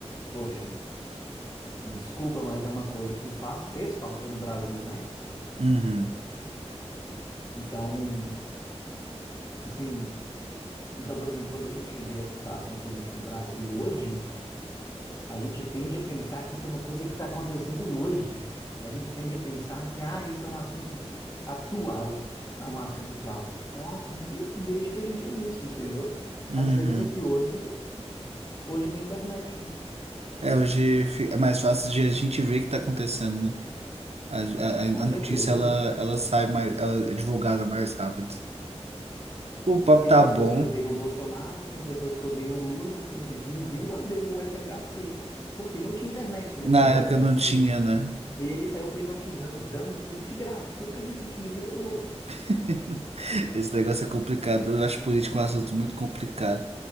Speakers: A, on the left; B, on the right.
A: poxa, me desculpa, mas é uma coisa que faz, fez falta no Brasil, né?
B: Uhum,
A: Então, assim, então, por exemplo, quando a gente vê essa situação política do Brasil hoje, A gente tende a pensar que isso é uma coisa que está acontecendo hoje. A gente tende a pensar que, ah, isso é um assunto atual. Não é um assunto atual. É um assunto desde que a gente existe, entendeu?
B: uhum.
A: A diferença é que hoje, hoje tem internet, né?
B: É, hoje fi- é mais fácil de a gente ver o que tá acontecendo, né? A, a,
A: Com
B: a
A: certeza.
B: notícia, ela, ela sai mais, ela é divulgada mais rápido. O papo
A: Tem
B: tá
A: pessoas
B: bom.
A: que odeiam o Bolsonaro, tem pessoas que odeiam o Lula, mas, por exemplo, ninguém odeia o FHC, porque não tinha internet na
B: Na
A: época do
B: época
A: FHC.
B: não tinha, né?
A: E ele saiu privatizando, dando tudo de graça. Tudo que a gente tinha, ele entregou.
B: <laughs> Esse negócio é complicado. Eu acho política um assunto muito complicado.